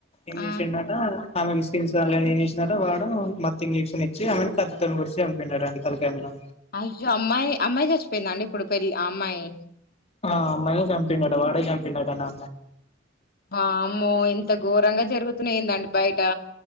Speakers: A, on the left (about 35°); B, on the left (about 50°).
A: ఏం
B: ఆ
A: చేసిండట ఆమె వాళ్ని ఏం చేసినారో వాడు మత్త ఇంజెక్షన్ ఇచ్చి ఆమె కత్తితోని కూ వర్ి చంపించాడుడి కలకాయలో
B: అయ్యో అమ్మాయి అమ్మాయి చచ్చిపోయింద అండి ఇప్పుడు పెళ్ళి అమ్మాయి
A: ఆ అమ్మయే చంపిన్ డటా వాడే చంపిన్డు అటా
B: ఆ అమ్మో ఇంత ఘోరంగా జరుగుతు ప ఏందండి బయట